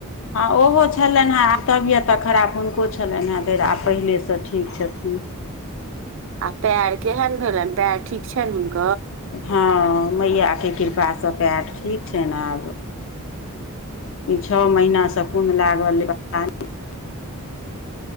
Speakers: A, on the left; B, on the right.
A: हँ ओहो छलैन हें आब तबियत तऽ खराब हुनको छलैन हें धरि आब पहिले सँ ठीक छथि हूँ
B: आ पैर केहन भेलैन पैर ठीक छैन हुनकर
A: हँ मैयाके कृपासँ पैर ठीक छैन आब ई छौ महीनासँ कोन लागल रहै पता नै <unintelligible>